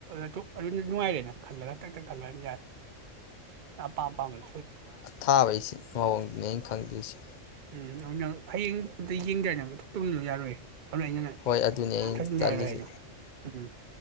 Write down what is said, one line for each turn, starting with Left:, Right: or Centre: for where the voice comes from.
Right: ꯑꯗꯨ ꯑꯗꯨꯝ ꯅꯨꯡꯉꯥꯏꯔꯦꯅ ꯈꯜꯂꯒ ꯍꯇꯛꯇ ꯈꯜꯂ ꯌꯥꯔꯦ ꯑꯄꯥ ꯄꯄꯥꯃꯦꯦ
Left: ꯊꯥꯕꯩꯁꯤ ꯃꯑꯣꯡꯗꯨꯅꯦ ꯑꯩꯅ ꯈꯪꯗꯣꯏꯁꯤꯦ
Right: ꯎꯝ ꯑꯗꯨ ꯅꯪ ꯍꯌꯦꯡ ꯑꯝꯇ ꯌꯦꯡꯗ꯭ꯔꯏ ꯅꯪ ꯊꯣꯛꯇꯗꯣ ꯌꯥꯔꯣꯏ ꯑꯗꯨꯅ ꯑꯩꯅ ꯅꯪ
Left: ꯍꯣꯏ ꯑꯗꯨꯅꯦ ꯑꯩꯅ
Right: ꯊꯛꯆꯤꯟ
Left: ꯆꯠꯂꯤꯁꯦ
Right: ꯌꯥꯔꯣꯏ ꯍꯥꯏꯗꯣ ꯎꯝ